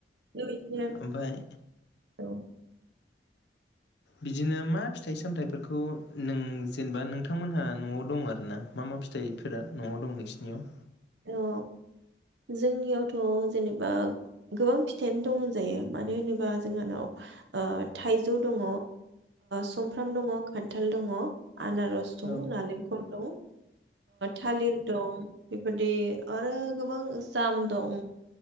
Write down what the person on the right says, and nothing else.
बेबायदिनो
औ।
औ जोंनियावथ' जेनेबा गोबां फिथाइआनो दं होनजायो। मानो होनोबा जोंहानाव ओ थाइजौ दङ, सुमफ्राम दङ, खान्थाल दङ। आनारस दं
नालें खर दं, थालिर दं, बेदि आरो गोबां जाम दं,